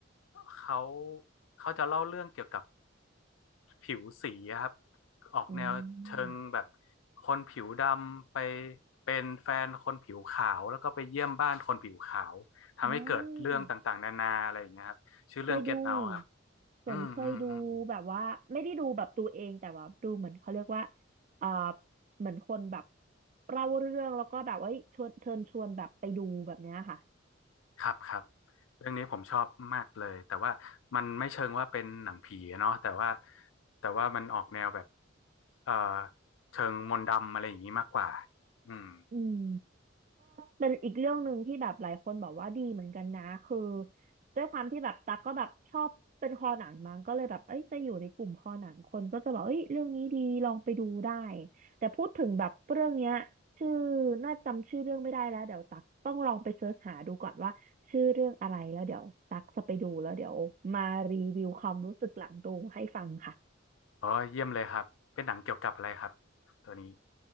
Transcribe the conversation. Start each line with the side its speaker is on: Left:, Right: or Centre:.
Left: เขาเขาจะเล่าเรื่องเกี่ยวกับ ผิวสีอะครับออกแนวเชิงแบบ
Right: อืม
Left: คนผิวดำไปเป็นแฟนคนผิวขาวแล้วก็ไปเยี่ยมบ้านคนผิวขาวทำให้เกิดเรื่องต่างๆนานาอะไรอย่างเงี้ยครับ
Right: อ่า เคยดู
Left: เก็ตเอาครับ
Right: ส่วนเคยดูแบบว่าไม่ได้ดูแบบตัวเองแต่ว่าดูเหมือนเขาเรียกว่า
Left: อืมอืมอืม
Right: เอ่อเหมือนคนแบบเล่าเรื่องแล้วก็แบบว่าเอ้ยชวนเชิญชวนแบบไปดูแบบเนี้ยค่ะ
Left: ครับครับเรื่องนี้ผมชอบมากเลยแต่ว่ามันไม่เชิงว่าเป็นหนังผีอะเนาะแต่ว่าแต่ว่ามันออกแนวแบบเอ่อเชิงมนต์ดำอะไรอย่างนี้มากกว่าอืม
Right: อืม เป็นอีกเรื่องหนึ่งที่แบบหลายคนบอกว่าดีเหมือนกันนะคือด้วยความที่แบบตักก็แบบชอบเป็นคอหนังมั้งก็เลยแบบเอ้ยจะอยู่ในกลุ่มคอหนังคนก็จะบอกเอ้ยเรื่องนี้ดีลองไปดูได้แต่พูดถึงแบบเรื่องเนี้ยชื่อน่าจำชื่อเรื่องไม่ได้แล้วเดี๋ยวตักต้องลองไปเสิร์ชหาดูก่อนว่าชื่อเรื่องอะไรแล้วเดี๋ยวตักจะไปดูแล้วเดี๋ยวมารีวิวความรู้สึกหลังดูให้ฟังค่ะ
Left: อ๋อเยี่ยมเลยครับเป็นหนังเกี่ยวกับอะไรครับตัวนี้